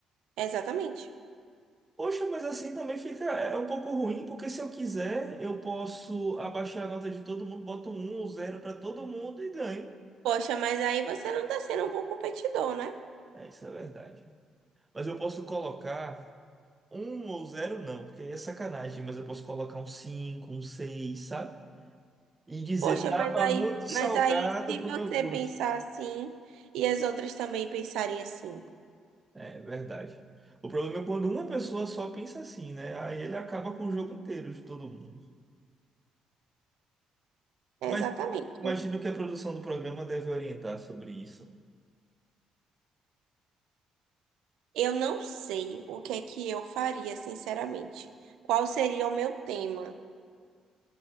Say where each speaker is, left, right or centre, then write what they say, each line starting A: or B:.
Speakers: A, on the right; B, on the right.
A: Exatamente.
B: Poxa, mas assim também fica. É é um pouco ruim, porque se eu quiser, eu posso abaixar a nota de todo mundo, boto um, um zero para todo mundo e ganho.
A: Poxa, mas aí você não tá sendo um bom competidor, né?
B: É, isso é verdade. Mas eu posso colocar um ou zero, não, porque aí é sacanagem, mas eu posso colocar um cinco, um seis, sabe? E dizer,
A: Poxa,
B: tava
A: mas aí,
B: muito salgado
A: mas aí se
B: pro
A: você
B: meu gosto.
A: pensar assim e as outras também pensarem assim.
B: É verdade. O problema é quando uma pessoa só pensa assim, né? Aí ele acaba com o jogo inteiro de todo mundo.
A: É
B: Mas
A: Exatamente.
B: imagino que a produção do programa deve orientar sobre isso.
A: Eu não sei o que é que eu faria, sinceramente. Qual seria o meu tema?